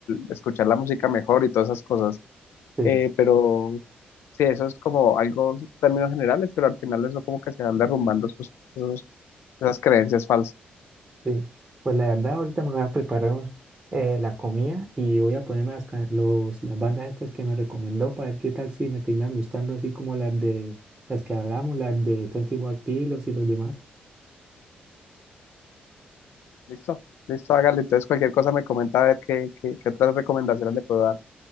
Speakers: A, on the left; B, on the right.
A: escuchar la música mejor y todas esas cosas.
B: Sí.
A: Eh, pero sí, eso es como algo, términos generales, pero al final eso como que se van derrumbando esos- esos- esas creencias falsas.
B: Sí, pues la verdad ahorita me voy a preparar un- eh, la comida y voy a ponerme las, ca- los, las bandas estas que me recomendó para ver qué tal si me terminan gustando así como las de las que hablamos, las de Twenty One y los demás.
A: Listo, listo, hágale. Entonces, cualquier cosa me comenta a ver qué, qué, qué otras recomendaciones le puedo dar.